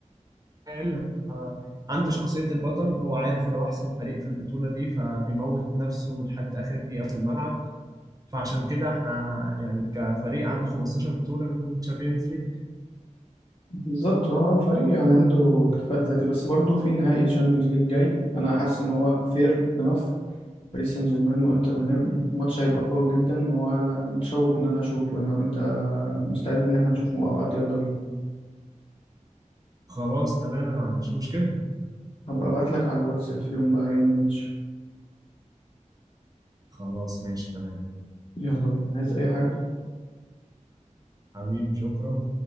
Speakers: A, on the right; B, on the left.
A: آه، آه، عنده شخصية البطل هو عارف اللي هو أحسن فريق في البطولة دي فبيموت نفسه لحد آخر دقيقة في الملعب فعشان كده احنا يعني كفريق عنده 15 بطولة من تشامبيونز ليج
B: بالظبط هو فريق يعني عنده اكتفاء ذاتي بس برضه في نهائي تشامبيونز ليج جاي انا حاسس ان هو فير انف باريس سان جيرمان وانتر ميلان
A: م- م.
B: الماتش هيبقى قوي جدا ومتشوق ان انا اشوفه لو انت مستعد ان احنا نشوفه مع بعض يلا بينا
A: خلاص تمام أنا ما عنديش مشكلة
B: هبقى ابعت لك على الواتس في يوم بقى يوم الماتش
A: خلاص ماشي تمام
B: يلا بينا عايز اي حاجة
A: حبيبي شكرا